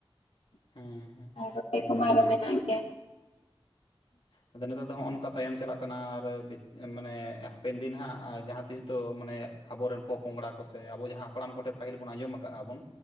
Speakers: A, on the left (about 65°); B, on the left (about 80°).
A: ᱦᱮᱸ ᱦᱮᱸ
B: ᱨᱚᱦᱚᱭ
A: ᱮᱠᱫᱚᱢ
B: ᱠᱚᱢᱟ ᱟᱨᱚ
A: ᱡᱚᱛᱼᱼ
B: ᱢᱮᱱᱟᱜ ᱜᱮᱭᱟ
A: ᱟᱫᱚ ᱱᱮᱛᱟᱨ ᱫᱚ ᱦᱚᱸᱜ-ᱚ ᱱᱚᱝᱠᱟ ᱛᱟᱭᱚᱢ ᱪᱟᱞᱟᱜ ᱠᱟᱱᱟ ᱟᱨ ᱵᱤᱡ ᱢᱟᱱᱮ ᱦᱟᱯᱮᱱ ᱫᱤᱱ ᱦᱟᱸᱜ ᱟ ᱡᱟᱦᱟᱸ ᱛᱤᱥ ᱫᱚ ᱢᱟᱱᱮᱼᱼ ᱟᱵᱚ ᱨᱮᱱ ᱯᱚᱼᱯᱚᱝᱜᱽᱲᱟ ᱠᱚ ᱥᱮ ᱟᱵᱚ ᱡᱟᱦᱟᱸ ᱦᱟᱯᱲᱟᱢ ᱠᱚᱴᱷᱮᱱ ᱯᱟᱹᱦᱤᱞ ᱵᱚᱱ ᱟᱸᱡᱚᱢ ᱟᱠᱟᱜ-ᱟ ᱵᱚᱱᱼᱼ